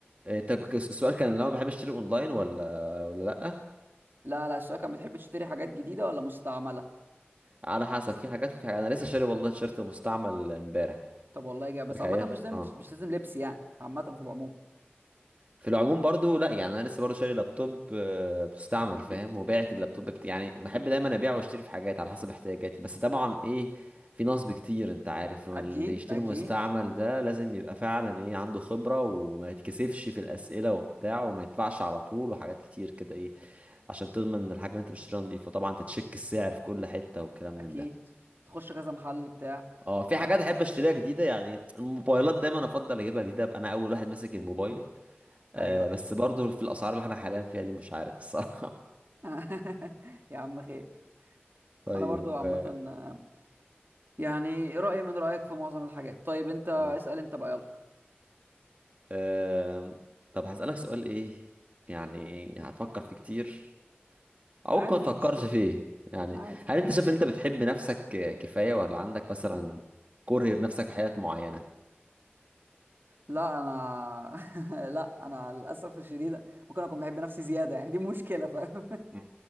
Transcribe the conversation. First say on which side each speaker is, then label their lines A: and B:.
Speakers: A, on the right; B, on the right.
A: آه، ت- ك- السؤال كان لو انا بحب اشتري اونلاين ولا ولا لا
B: لا لا الشباب كان بتحب تشتري حاجات جديدة ولا مستعملة
A: على حسب في حاجات في حاجات انا لسه شاري والله تيشيرت مستعمل امبارح
B: طب والله جاي بس
A: تخيل
B: عامة مش لازم
A: اه
B: مش لازم لبس يعني عامة في العموم
A: في العموم برضو لا يعني انا لسه برضو شاري لابتوب آه، مستعمل فاهم وبعت اللابتوب بت... يعني بحب دايما ابيع واشتري في حاجات على حسب احتياجاتي بس طبعا ايه في نصب كتير انت عارف ما
B: اكيد
A: اللي يشتري
B: اكيد
A: مستعمل ده لازم يبقى فعلا ايه عنده خبرة وما يتكسفش في الاسئلة وبتاع وما يدفعش على طول وحاجات كتير كده ايه عشان تضمن ان الحاجة اللي انت بتشتريها نضيفة طبعا تتشك السعر في كل حتة والكلام من
B: اكيد
A: ده
B: تخش كذا محل بتاع
A: اه في
B: آه.
A: حاجات احب اشتريها جديدة يعني الموبايلات دايما افضل اجيبها جديدة ابقى انا اول واحد ماسك الموبايل آه
B: ايوه
A: بس
B: ايوه
A: برضو في الاسعار اللي احنا حاليا فيها دي مش عارف الصراحه
B: <laughs> يا عم خير
A: <laughs> طيب
B: انا برضو عامة
A: آه
B: آه، يعني رأيي من رأيك في معظم الحاجات طيب انت
A: مم.
B: اسأل انت بقى يلا
A: آه، طب هسألك سؤال ايه يعني هتفكر فيه كتير او
B: عادي
A: ممكن ما
B: مش
A: تفكرش
B: مشكلة
A: فيه يعني
B: عادي
A: هل انت شايف ان انت بتحب نفسك كفاية ولا عندك مثلا كره لنفسك في حاجات معينة
B: لا انا <laughs> لا انا للاسف الشديد ممكن اكون بحب نفسي زياده يعني دي مشكله فاهم
A: مم.